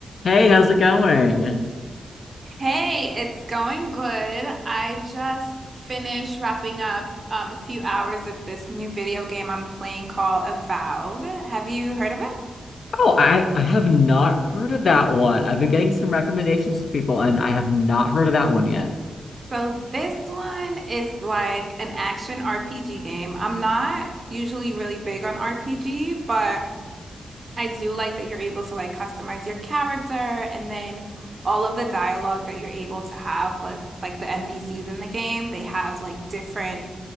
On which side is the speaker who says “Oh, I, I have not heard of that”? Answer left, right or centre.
Left